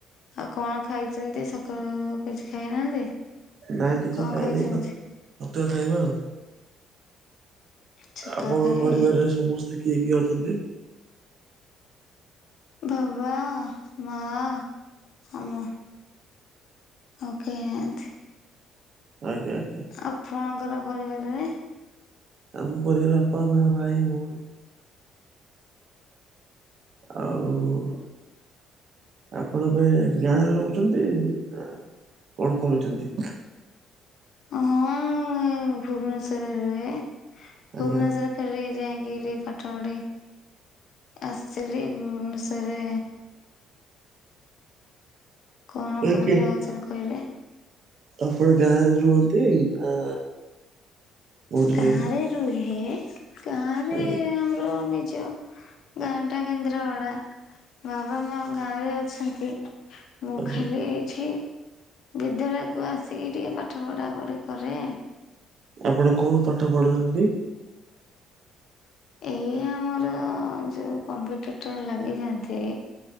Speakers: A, on the left; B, on the right.
A: ଆଉ କଣ ଖାଇଚନ୍ତି ସଖାଳୁ କିଛି ଖାଇନାହାନ୍ତି।
B: ନା କିଛି
A: କଣ
B: ଖାଇନେଇ
A: ଖାଇଛନ୍ତି?
B: ତ ଛତୁଆ ଖାଇବା ଆଉ।
A: ଛତୁଆ
B: ଆପଣଙ୍କ
A: ଖାଇବେ
B: ପରିବାରରେ ସମସ୍ତେ କିଏ କିଏ ଅଛନ୍ତି।
A: ଭାବା ମା ଆଉ ମୁଁ ଆଉ କେହିନାହାନ୍ତି।
B: ଆଜ୍ଞା ଆ
A: ଆପଣଙ୍କର ପରିବାରରେ
B: ଆମ ପରିବାରରେ ବାପା ମା ଭାଇ ଭୋଉଣୀ। ଆଉ- ଆପଣ ଏବେ ଗାଁରେ ରୋହୁଚନ୍ତି ନା କଣ କରୁଛନ୍ତି।
A: ହଁ ମୁଁ ଏ ଭୁବନେଶ୍ଵରରେ ରୁହେ
B: ଆଜ୍ଞା
A: ଭୁବନେଶ୍ଵରରେ ଖାଲି ଯାଇକିରି ପାଠ ପଢି ଆସିଲି ଭୁବନେଶ୍ଵରରେ କଣ
B: ଆଜ୍ଞା
A: କହିଲେ ଆଉ ଥରେ କହିଲେ।
B: ଆପଣ ଗାଁରେ ରୁହନ୍ତି ନା କୋଉଠି
A: ଗାଁରେ
B: ରହିକି
A: ରୁହେ ଗାଁରେ
B: ଆଜ୍ଞା
A: ଆମର ନିଜ ଗାଁଟା କେନ୍ଦ୍ରପଡା ବାବା ମା ଗାଁରେ ଅଛନ୍ତି। ମୁଁ
B: ଆଜ୍ଞା
A: ଖାଲି ଏଇଠି ବିଦ୍ୟାଳୟକୁ ଆସିକି ଟିକେ ପାଠ ପଢାପଢି କରେ।
B: ଆପଣ କଣ ପାଠ ପଢୁଛନ୍ତି।
A: ଏଇ ଆମର ଯୋଉ କମ୍ପ୍ୟୁଟର ଟା ଲାଗିଚନ୍ତି।